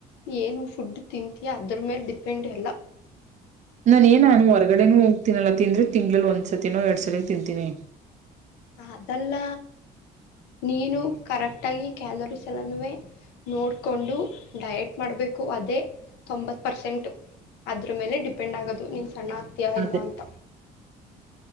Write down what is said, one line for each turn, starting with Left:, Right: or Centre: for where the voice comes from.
Left: ಏನು ಫುಡ್ ತಿಂತೀಯಾ ಅದ್ರ ಮೇಲ್ ಡಿಪೆಂಡ್ ಎಲ್ಲ.
Right: ನಾನೇನ್ ನಾನು ಹೊರ್ಗಡೆನೂ ಹೋಗ್ತೀನಲ್ಲ ತಿಂಗಳಲ್ಲಿ ಒಂದ್ಸತಿನೋ ಎರಡ್ ಸಲಿನೋ ತಿಂತೀನಿ.
Left: ಅದೆಲ್ಲ. ನೀನು ಕರೆಕ್ಟ್ ಆಗಿ ಕ್ಯೆಲೊರಿಸ್. ನ್ನೆಲ್ಲಾ ನುವ್ವೆ ಸಲೇ ನೋಡ್ಕೊಂಡು ಡಯೆಟ್ ಮಾಡಬೇಕು ಅದೇ ತೊಂಬತ್ತು ಪರ್ಸೆಂಟ್ ಅದ್ರ ಮೇಲೆ ಡಿಪೆಂಡ್ ಆಗೋದು ಮೀನ್ಸ್. ಸಣ್ಣ ಆಗ್ತೀಯಾ
Right: ಅದೇ
Left: ಇಲ್ಲ ಅಂತ.